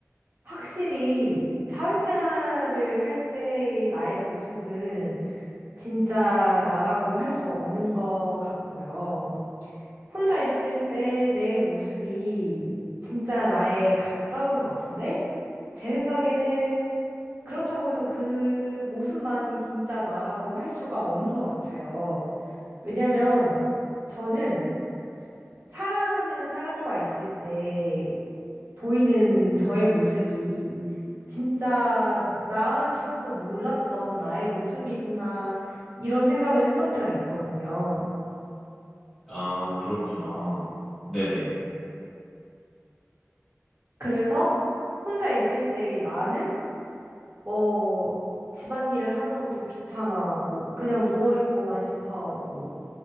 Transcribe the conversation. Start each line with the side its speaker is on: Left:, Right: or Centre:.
Right: 확실히 사회생활을 할 때의 나의 모습은 진짜 나라고 할 수 없는 것 같고요. 혼자 있을 때 내 모습이 진짜 나에 가까운 것 같은데? 제 생각에는 그렇다고 해서 그 모습만이 진짜 나라고 할 수가 없는 것 같아요. 왜냐면 저는 사랑하는 사람과 있을 때 보이는 저의 모습이 진짜 나 자신도 몰랐던 나의 모습이구나 이런 생각을 했던 때가 있거든요.
Centre: 아, 그렇구나. 네네.
Right: 그래서 혼자 있을 때 나는 뭐 집안일을 하는 것도 귀찮아하고 그냥 누워있고만 싶어하고